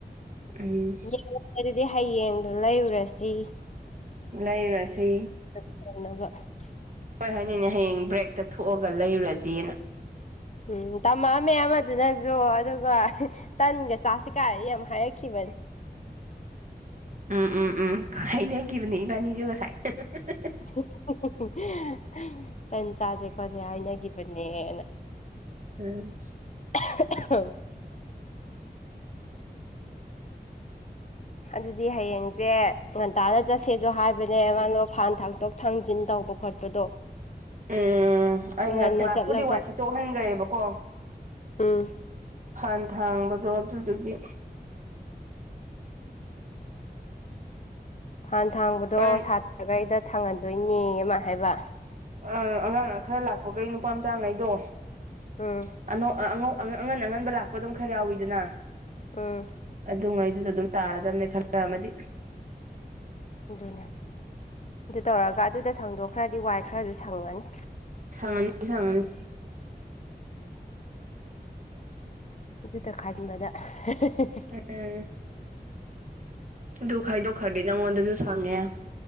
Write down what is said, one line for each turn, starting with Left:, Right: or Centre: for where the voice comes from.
Right: ꯎꯝ
Left: ꯌꯦꯡꯉꯁꯦ ꯑꯗꯨꯗꯤ ꯍꯌꯦꯡꯗꯣ ꯂꯩꯔꯨꯔꯁꯤ
Right: ꯂꯩꯔꯨꯔꯁꯤ
Left: <unintelligible>
Right: ꯍꯣꯏ ꯍꯥꯏꯅꯤꯅꯦ ꯍꯌꯦꯡ ꯕ꯭ꯔꯦꯛꯇ ꯊꯣꯛꯑꯒ ꯂꯩꯔꯨꯔꯁꯤꯅ
Left: ꯎꯝ ꯇꯝꯃꯛ ꯑꯝꯃꯦ ꯑꯃꯗꯨꯅꯁꯨ ꯑꯗꯨꯒ <unintelligible> ꯇꯟꯒ ꯆꯥꯁꯤ ꯀꯥ ꯌꯥꯝ ꯍꯥꯏꯔꯛ ꯈꯤꯕꯅꯦ
Right: ꯎꯝ ꯎꯝ ꯎꯝ ꯍꯩꯅꯈꯤꯕꯅꯦ ꯏꯕꯥꯅꯤꯁꯨ ꯉꯁꯥꯏ <unintelligible>
Left: <unintelligible> ꯇꯟ ꯆꯥꯁꯦ ꯈꯣꯠꯁꯦ ꯍꯥꯏꯅꯈꯤꯕꯅꯦꯅ
Right: ꯎꯝ
Left: <unintelligible> ꯑꯗꯨꯗꯤ ꯍꯌꯦꯡꯁꯦ ꯉꯟꯇꯥꯗ ꯆꯠꯁꯦꯁꯨ ꯍꯥꯏꯕꯅꯦ ꯃꯥꯅꯣ ꯐꯥꯟ ꯊꯥꯛꯇꯣꯛ ꯊꯥꯡꯖꯤꯟ ꯇꯧꯕ ꯈꯣꯠꯄꯗꯣ
Right: ꯎꯝ ꯑꯩꯅ
Left: ꯉꯟꯅ
Right: ꯀ꯭ꯂꯥꯁꯄꯨꯗꯤ
Left: ꯆꯠꯂꯒ
Right: ꯋꯥꯏ ꯁꯤꯠ ꯇꯣꯛ ꯍꯟꯈ꯭ꯔꯦꯕꯀꯣ
Left: ꯎꯝ
Right: ꯐꯥꯟ ꯊꯥꯡꯕꯗꯣ ꯑꯗꯨꯗꯨꯒꯤ
Left: ꯐꯟ ꯊꯥꯡꯕꯗꯣ
Right: ꯍꯣꯔꯦꯟ
Left: ꯁꯥꯇ꯭ꯔꯒꯩꯗ ꯊꯥꯡꯍꯟꯗꯣꯏꯅꯦꯌꯦ ꯃꯥ ꯍꯥꯏꯕ
Right: ꯑ ꯑꯉꯥꯡ ꯈꯔ ꯂꯥꯛꯄꯈꯩ ꯅꯨꯄꯥ ꯃꯆꯥꯉꯩꯗꯣ
Left: ꯎꯝ
Right: <unintelligible> ꯑꯉꯟ ꯑꯉꯟꯕ ꯂꯥꯛꯄ ꯑꯗꯨꯝ ꯈꯔ ꯌꯥꯎꯋꯤꯗꯅ
Left: ꯎꯝ
Right: ꯑꯗꯨꯉꯩꯗꯨꯗ ꯑꯗꯨꯝ ꯇꯥꯔꯗꯕꯅꯦ ꯈꯔ ꯑꯃꯗꯤ
Left: ꯑꯗꯨꯅꯦ ꯑꯗꯨ ꯇꯧꯔꯒ ꯑꯗꯨꯗ ꯁꯪꯗꯣꯛꯈ꯭ꯔꯗꯤ ꯋꯥꯏ ꯈꯔꯁꯨ ꯁꯪꯉꯅꯤ
Right: ꯁꯪꯉꯅꯤ ꯁꯪꯉꯅꯤ
Left: ꯑꯗꯨꯇ ꯈꯟꯕꯗ <unintelligible>
Right: ꯎꯝ ꯑꯗꯨ ꯈꯥꯏꯗꯣꯛ ꯈ꯭ꯔꯗꯤ ꯅꯪꯉꯣꯟꯗꯁꯨ ꯁꯪꯉꯦ